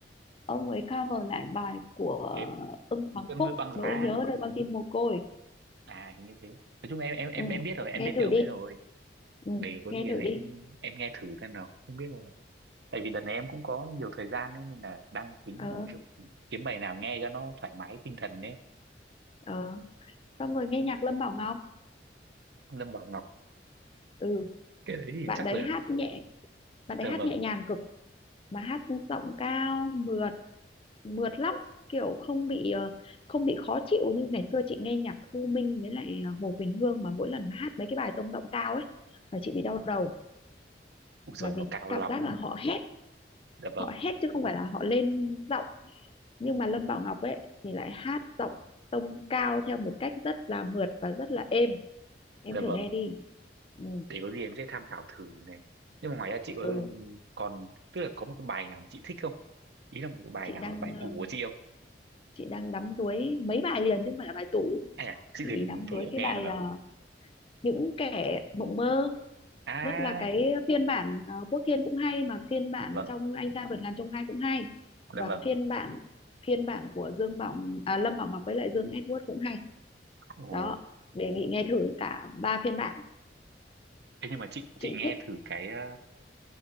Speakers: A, on the left; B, on the right.
A: ông ấy cover lại bài của
B: Cái
A: Ưng Hoàng
B: cơn
A: Phúc
B: mưa băng giá.
A: nỗi nhớ nơi con tim mồ côi
B: À hình như thế. Nói chung em em em
A: ừ,
B: em biết rồi, em
A: nghe
B: biết
A: thử
B: cái ông
A: đi
B: ấy rồi.
A: ừ,
B: Để có
A: nghe
B: gì là
A: thử
B: em
A: đi
B: em nghe thử xem nào. Không biết rồi. Tại vì đợt này em cũng có nhiều thời gian ấy, nên là đang tính
A: ờ,
B: kiểu kiếm bài nào nghe cho nó thoải mái tinh thần đấy
A: ờ. xong rồi nghe nhạc Lâm Bảo Ngọc
B: Lâm Bảo Ngọc
A: ừ
B: cái đấy thì
A: bạn
B: chắc
A: đấy
B: là
A: hát nhẹ bạn đấy
B: dạ
A: hát
B: vâng.
A: nhẹ nhàng cực mà hát giọng cao mượt mượt lắm kiểu không bị ờ, không bị khó chịu như ngày xưa chị nghe nhạc Thu Minh với lại ờ, Hồ Quỳnh Hương mà mỗi lần hát mấy cái bài tông giọng cao ấy là chị bị đau đầu
B: Ui rồi
A: là
B: nó
A: vì
B: cao
A: cảm
B: lắm.
A: giác là họ hét
B: Dạ
A: họ
B: vâng.
A: hét chứ không phải là họ lên giọng nhưng mà Lâm Bảo Ngọc ấy thì lại hát giọng tông cao theo một cách rất là mượt và rất là êm em
B: Dạ
A: thử
B: vâng.
A: nghe đi ừ,
B: để có gì em sẽ tham khảo thử này nhưng mà ngoài ra chị có
A: ừ.
B: còn tức là có một cái bài nào mà chị thích không ý là một cái bài
A: chị
B: nào
A: đang
B: là bài tủ
A: ờ,
B: của chị không
A: chị đang đắm đuối mấy bài liền chứ không phải là bài tủ
B: à chị
A: chị
B: thử thử em
A: đắm
B: nghe
A: đuối cái
B: xem
A: bài
B: nào
A: ờ, những kẻ mộng mơ
B: à
A: nhất là cái phiên bản ờ, Quốc Thiên cũng hay mà phiên bản
B: dạ vâng
A: trong Anh Trai Vượt Ngàn Chông Gai cũng hay
B: dạ
A: và
B: vâng
A: phiên bản phiên bản của Dương Bảo à, Lâm Bảo Ngọc với lại Dương Edward cũng hay
B: ồ
A: đó đề nghị nghe thử cả ba phiên bản
B: thế nhưng mà chị
A: chị
B: chị nghe
A: thích
B: thử cái ờ,